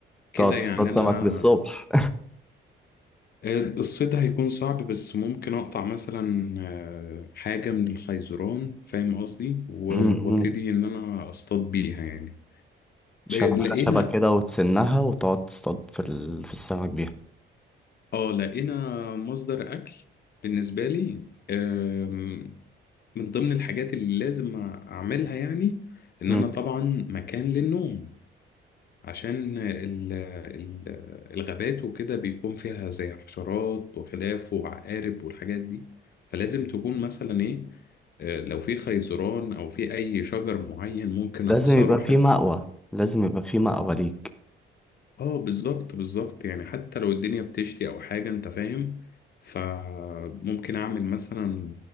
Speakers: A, on the left (about 55°); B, in the centre.
A: كده
B: تقعد تصطاد
A: يعني
B: سمك
A: أنا
B: للصبح
A: آه، الصيد هيكون صعب بس ممكن أقطع مثلا آه، حاجة من الخيزران فاهم قصدي و-
B: م-
A: وابتدي
B: م.
A: إن أنا أصطاد بيها يعني
B: شبكة
A: لقينا
B: خشبة كده وتسنها وتقعد تصطاد في, ال... في السمك بيها
A: اه لقينا مصدر اكل بالنسبه لي آم، من ضمن الحاجات اللي لازم اعملها يعني ان
B: م.
A: انا طبعا مكان للنوم عشان ال- ال- الغابات وكده بيكون فيها زي حشرات وخلاف وعقارب والحاجات دي فلازم تكون مثلا ايه آه، لو في خيزران او في اي شجر معين ممكن
B: لازم
A: اكسره
B: يبقى في مأوى لازم يبقى في مأوى ليك
A: اه بالظبط بالظبط يعني حتى لو الدنيا بتشتي او حاجة انت فاهم فممكن اعمل مثلا